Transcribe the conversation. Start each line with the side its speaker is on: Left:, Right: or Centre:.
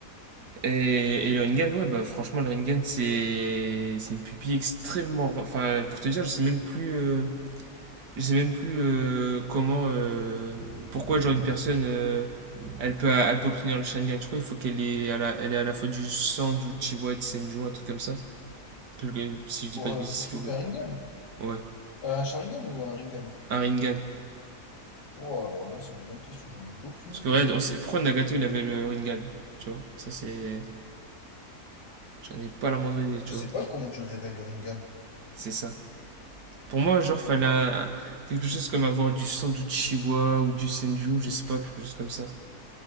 Right: et, et le Rinnegan ouais bah franchement le Rinnegan c'est c'est une pupille extrêmement enfin pour te dire je sais même plus euh, je sais même plus euh, comment euh, pourquoi genre une personne euh, elle peut elle peut obtenir le Sharingan je crois il faut qu'elle est à la, elle est à la fois du sang d'Uchiwa et de Senju un truc comme ça Quelque- si je dis
Left: Pour,
Right: pas de
Left: euh,
Right: bêtises
Left: pour
Right: c'est
Left: choper
Right: quelque
Left: un Rinnegan?
Right: ouais
Left: Euh, Un Sharingan ou un Rinnegan?
Right: un Rinnegan
Left: Oh, alors là, c'est une bonne question, j'en ai aucune
Right: Parce
Left: idée,
Right: que, ouais,
Left: gros.
Right: on sait- pourquoi Nagato il avait le Rinnegan Tu vois, ça c'est. J'en ai pas la moindre idée, tu
Left: Je sais
Right: vois.
Left: pas comment tu révèles le Rinnegan,
Right: C'est ça. Pour moi, genre, fallait un- quelque chose comme avoir du sang du ou du Senju, je sais pas, quelque chose comme ça.